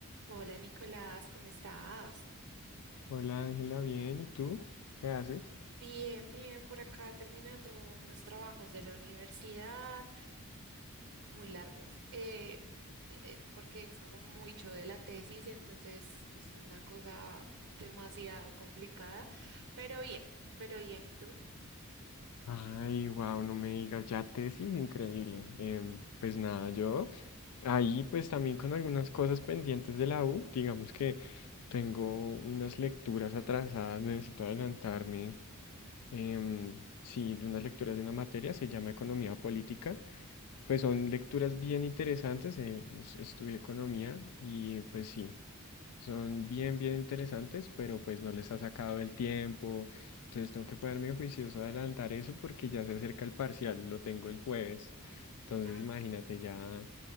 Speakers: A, on the right (about 75°); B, on the left (about 80°).
A: Hola Nicolás, ¿cómo estás?
B: Hola Ángela, bien, ¿y tú? ¿Qué haces?
A: Bien, bien, por acá terminando unos trabajos de la universidad, muy largos, eh, eh, porque es como mucho de la tesis, entonces es una cosa demasiado complicada, pero bien, pero bien, ¿y tú?
B: Ay, wow, no me digas, ya tesis, increíble. Em, pues nada, yo ahí pues también con algunas cosas pendientes de la U, digamos que tengo unas lecturas atrasadas, necesito adelantarme. em, sí, de unas lecturas de una materia, se llama Economía Política. Pues son lecturas bien interesantes, eh, es- estudié economía y pues sí. Son bien, bien interesantes, pero pues no les ha sacado el tiempo. Entonces tengo que ponerme juicioso a adelantar eso porque ya se acerca el parcial, lo tengo el jueves. Entonces
A: Ah,
B: imagínate,
A: no,
B: ya